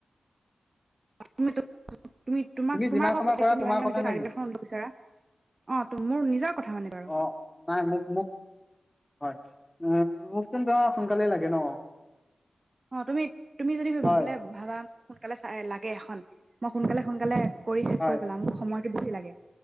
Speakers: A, on the right; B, on the left.
A: তুমি তোমাক তোমাৰ ওপৰত কথা তুমি
B: যিমান
A: কিমান
B: সময়
A: দিনৰ
B: কৰা
A: ভিতৰত
B: তোমাৰ কথা
A: চাৰ্টিফিকেট
B: নে কি?
A: খন উলিয়াব বিচাৰা। অ', মোৰ নিজৰ কথা মানে বাৰু।
B: অ' অ' নাই মোক মোক হয়, অ', মোক কিন্তু সোনকালেই লাগে ন'।
A: অ', তুমি তুমি যদি
B: হয়
A: বোলে ভাবা সোনকালে চাই লাগে এখন মই সোনকালে সোনকালে কৰি শেষ
B: হয়
A: কৰি পেলাম, মোক সময়টো বেছি লাগে